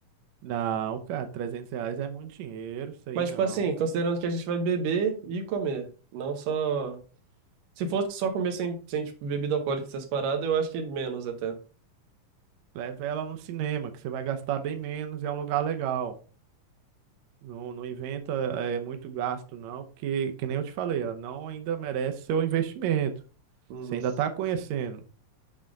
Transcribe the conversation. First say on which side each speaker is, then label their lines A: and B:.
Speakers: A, on the right; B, on the right.
A: Não, cara, 300 reais é muito dinheiro, isso aí
B: Mas,
A: não.
B: tipo assim, considerando que a gente vai beber e comer, não só... Se fosse só comer sem, sem tipo, bebida alcoólica e essas paradas, eu acho que menos até.
A: Leva ela no cinema, que você vai gastar bem menos e é um lugar legal. Não, não inventa é, muito gasto, não, porque, que nem eu te falei, ela não ainda merece seu investimento.
B: Uhum.
A: Você ainda tá conhecendo,